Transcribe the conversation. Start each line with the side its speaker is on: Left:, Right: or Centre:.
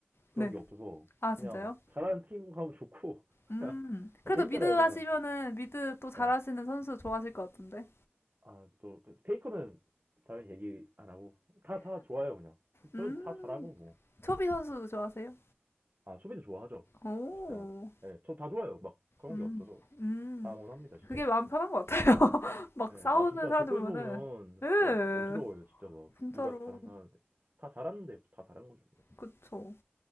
Right: 그런
Left: 네.
Right: 게 없어서
Left: 아,
Right: 그냥
Left: 진짜요?
Right: 잘하는 팀 가면 좋고 <laughs> 그냥,
Left: 음. 그래도
Right: 재밌잖아요
Left: 미드 하시면은
Right: 그냥
Left: 미드 또 잘하시는
Right: 예.
Left: 선수 좋아하실 것 같은데.
Right: 아또 페이커는 당연히 얘기 안 하고 다 다 좋아요 그냥
Left: 음.
Right: 저는 다 잘하고 뭐
Left: 초비 선수 좋아하세요?
Right: 아 수비도 좋아하죠
Left: 오.
Right: 진짜 예. 저 다 좋아요 막 그런
Left: 음.
Right: 게 없어서
Left: 음.
Right: 다 응원합니다 진짜
Left: 그게 마음 편한 것 같아요. <laughs> 막
Right: 예,
Left: 싸우는
Right: 아 진짜
Left: 사람들
Right: 댓글도
Left: 보면은
Right: 보면
Left: 예.
Right: 진짜 어지러워요 진짜 막
Left: 진짜로.
Right: 누가 더 잘한다 하는데 다 잘하는데 다 잘한 거죠 뭐.
Left: 그쵸.